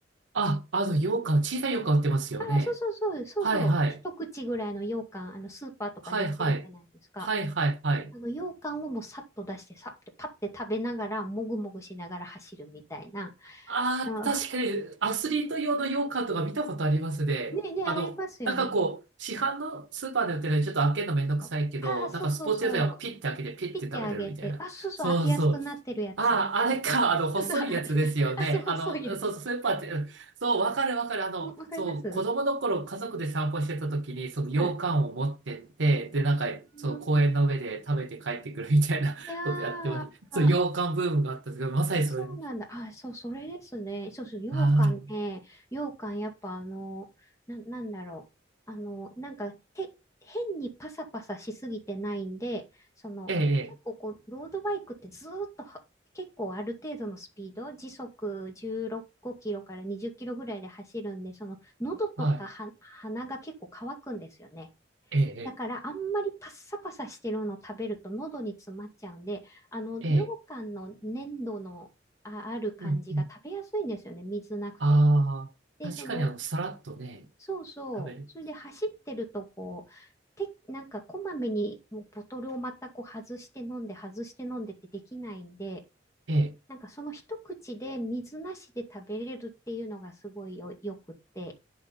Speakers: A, on the right; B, on the left.
A: あ、あの、羊羹、小さい羊羹売ってますよね。
B: あ、そうそうそう、そうそう、
A: はい、はい、
B: 一口ぐらいの羊羹、あの、スーパーとかに売ってるじゃないですか。
A: はい、はい、はい、はい、はい、
B: あの、羊羹をもうさっと出して、さって、パッて食べながら、もぐもぐしながら走るみたいな。
A: ああ、
B: あ
A: 確かにアスリート用の羊羹とか見たことありますね。
B: ねね、
A: あの、
B: ありますよね。
A: なんかこう、市販のスーパーで売ってるのにちょっと開けるのめんどくさいけど、
B: そう。ああ、そうそうそう。
A: なんかスポーツ屋さがピッて開けてピッて食べれるみたいな。
B: ピッてあげて。あ、そうそう、
A: そうそう。
B: 開けやすくなってるやつ。
A: ああ、あれか、あの、細いやつですよね。
B: そうそう、あれ。あ、そう、細いやつ。
A: あの、そうそう、スーパーって、うんそう、わかるわかる。あの、
B: もうわかります
A: そう、子供の頃家族で散歩してた時に、その羊羹を持ってって、
B: はい。
A: で、なんか、
B: うーん
A: その公園の上で食べて帰ってくるみたいなことやってました。
B: いやー。
A: そう、羊羹ブームがあったんですけど、まさにそれ。
B: そうなんだ。あ、そう、それですね。そうそう、羊羹ね。
A: ああ、
B: 羊羹、やっぱあの、な、なんだろう。あの、なんか、て、変にパサパサしすぎてないんで、その、
A: ええ、
B: 結構こう、
A: ええ
B: ロードバイクってずーっとは、結構ある程度のスピード、時速16キロから20キロぐらいで走るんで、その、喉とかは鼻が結構乾くんですよね。
A: はい、ええ、
B: だからあんまりパッサパサしてるのを食べると喉に詰まっちゃうんで、あの、
A: ええ、
B: 羊羹の粘土のあ、
A: ええ
B: ある感じが食べやすいんですよね。
A: うん、うん。
B: 水なくても。
A: ああ、
B: で、
A: 確かにあの、
B: その、
A: さらっとね、
B: そうそう。
A: 食べる。
B: それで走ってるとこう、て、なんかこまめにもうボトルをまたこう外して飲んで外して飲んでってできないんで、
A: ええ、
B: なんかその一口で水なしで食べれるっていうのがすごいよ、よくって、